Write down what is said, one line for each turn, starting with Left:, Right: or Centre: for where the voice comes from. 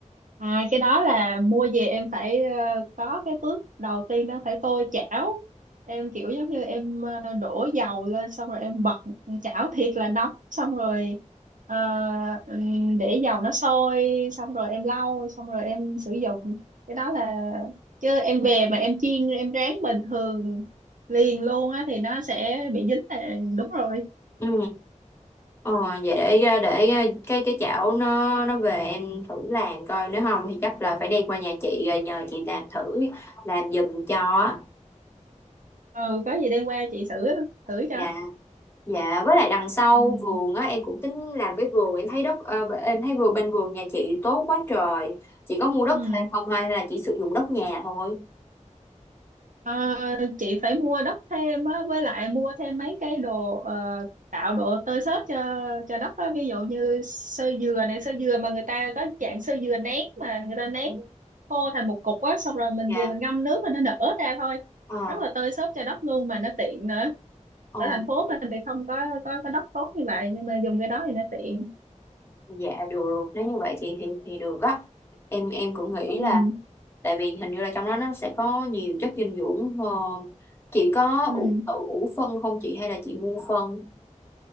Right: À cái đó là mua về em phải ờ, có cái bước đầu tiên đó phải tôi chảo. Em kiểu giống như em ờ, đổ dầu lên xong rồi em bật chảo thiệt là nóng xong rồi ờ, ừm, để dầu nó sôi xong rồi em lau xong rồi em sử dụng. Cái đó là chứ em về mà em chiên em rán bình thường liền luôn á thì nó sẽ bị dính là đúng rồi.
Left: Ừ. Ờ, vậy để để cái cái chảo nó nó về em thử làm coi nếu không thì chắc là phải đem qua nhà chị rồi nhờ chị làm thử làm giùm cho á.
Right: Ừ có gì đem qua chị thử thử cho.
Left: dạ dạ với lại đằng sau
Right: Ừ.
Left: vườn á em cũng tính làm cái vườn em thấy đất ờ, em thấy vườn bên vườn nhà chị tốt quá trời chị có mua đất
Right: Ừ.
Left: thêm không hay là chỉ sử dụng đất nhà thôi
Right: Ờ, chị phải mua đất thêm á, với lại mua thêm mấy cái đồ ờ, tạo độ tơi xốp cho cho đất á. Ví dụ như sơ dừa này, sơ dừa mà người ta có dạng sơ dừa nén mà người ta nén khô thành một cục á, xong rồi mình
Left: dạ
Right: về mình ngâm nước rồi nó nở ra thôi.
Left: Ờ,
Right: Rất là tơi xốp cho đất luôn mà nó tiện nữa.
Left: ờ.
Right: Ở thành phố mình thì không có có có đất tốt như vậy nhưng mà dùng cái đó thì nó tiện.
Left: dạ được nếu như vậy thì thì thì được á em em cũng nghĩ
Right: Ừ.
Left: là tại vì hình như là trong đó nó sẽ có nhiều chất dinh dưỡng hơn chị có
Right: Ừ.
Left: ủ, ủ ủ phân không chị hay là chị mua phân